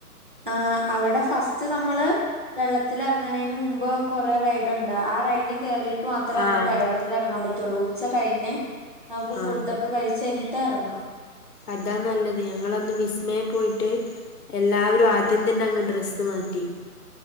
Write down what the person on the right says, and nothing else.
ആ അവട ഫസ്റ്റ് നമ്മള് വെള്ളത്തിലെർങ്ണേന് മുമ്പ് കൊറേ റൈഡുണ്ട് ആ റൈഡി കേറീ ട്ട് മാത്ര നമുക്ക്
വെള്ളത്തിലെർങ്ങാൻ പറ്റുള്ളൂ ഉച്ച കഴിഞ്ഞ് നമുക്ക്
ഫുഡ്‌
ഒക്കെ കഴിച്ച് കഴിഞ്ഞി ട്ട് എർങ്ങാം